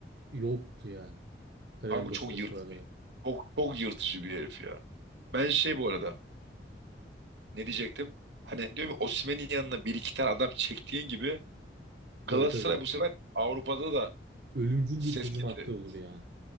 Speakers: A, on the right; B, on the right.
A: yoktu yani. Kariyerin
B: Kanka
A: başında
B: çok yırtıcı.
A: bu kadar gelen.
B: Çok, çok yırtıcı bir herif ya. Ben şey bu arada ne diyecektim? Hani diyorum ya Osimhen'in yanına bir iki tane adam çektiğin gibi Galatasaray
A: Tabii tabii.
B: bu sefer Avrupa'da da
A: Ölümcül
B: ses
A: bir hücum
B: getirdi.
A: hattı olur yani.